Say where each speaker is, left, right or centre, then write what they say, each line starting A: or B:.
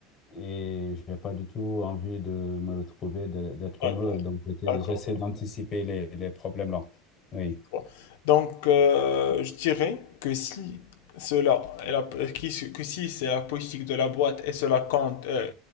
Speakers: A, on the left (about 30°); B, on the left (about 80°).
A: et j'ai pas du tout envie de me retrouver, de- d'être comme
B: d'accord,
A: eux. Donc, j'étais-
B: d'accord.
A: j'essaie d'anticiper les, les problèmes là. Oui.
B: je vois. Donc, euh, je dirais que si cela, est la- qui- que si c'est la politique de la boîte et cela compte, euh,